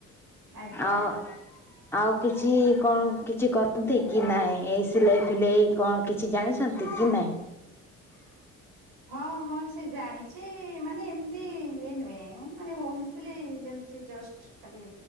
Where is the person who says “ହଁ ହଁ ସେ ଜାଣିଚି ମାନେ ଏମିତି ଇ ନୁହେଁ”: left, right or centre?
Right